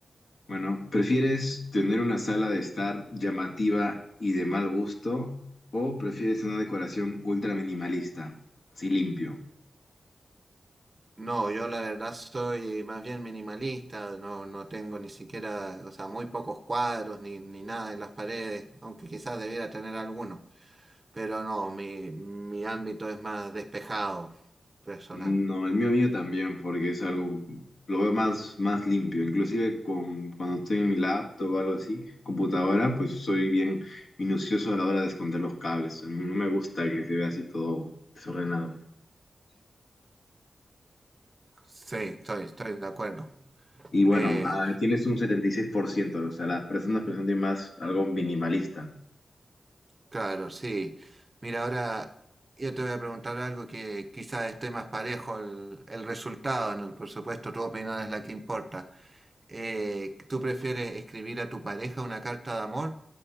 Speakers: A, on the left; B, on the right.
A: Bueno, ¿prefieres tener una sala de estar llamativa y de mal gusto o prefieres una decoración ultra minimalista, así limpio?
B: No, yo la verdad soy más bien minimalista, no, no tengo ni siquiera, o sea, muy pocos cuadros ni, ni nada en las paredes, aunque quizás debiera tener alguno. Pero no, mi, mi ámbito es más despejado, personal.
A: No, el mío mío también, porque es algo, lo veo más, más limpio. Inclusive con, cuando estoy en mi laptop o algo así, computadora, pues soy bien minucioso a la hora de esconder los cables. O sea, no, no me gusta que se vea así todo desordenado.
B: Sí, estoy, estoy de acuerdo.
A: Y bueno,
B: Eh,
A: ah, tienes un setenta y seis por ciento o sea, las personas presentan más algo minimalista.
B: Claro, sí. Mira, ahora yo te voy a preguntar algo que quizás esté más parejo el, el resultado, ¿no? Por supuesto, tu opinión es la que importa. Eh, ¿tú prefieres escribir a tu pareja una carta de amor